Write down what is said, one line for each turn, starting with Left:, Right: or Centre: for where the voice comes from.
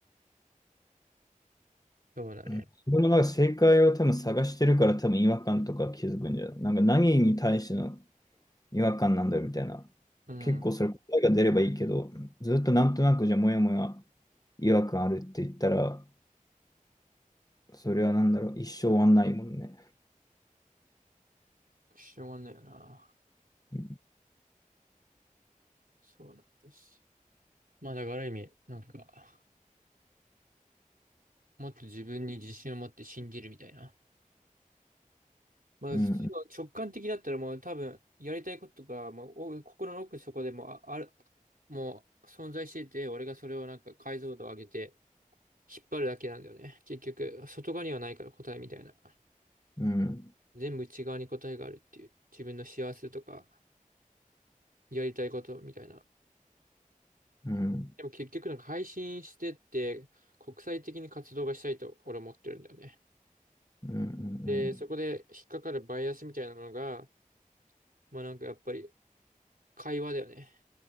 Right: そうだね。
Left: うん自分のなんか正解を多分探してるから多分違和感とか気づくんじゃないなんか何に対しての違和感なんだよみたいな。
Right: うん。
Left: 結構それ答えが出ればいいけど、ずっとなんとなくじゃあもやもや違和感あるって言ったら、それはなんだろう、一生終わんないもんね。
Right: しょうがないよな。
Left: うん、
Right: そうなんです。まあだからある意味、なんか、もっと自分に自信を持って信じるみたいな。まあ普通の直感的だったらもう多分やりたいことが、
Left: うん、
Right: まあ、お心の奥底でもうあ、ある、もう存在してて、俺がそれをなんか解像度を上げて引っ張るだけなんだよね。結局、外側にはないから答えみたいな。
Left: うん、
Right: 全部内側に答えがあるっていう。自分の幸せとか、やりたいことみたいな。
Left: うん、
Right: でも結局なんか配信してって、国際的に活動がしたいと俺思ってるんだよね。
Left: うん、うん、
Right: で、そこで引っかかるバイアスみたいなのが、まあなんかやっぱり会話だよね。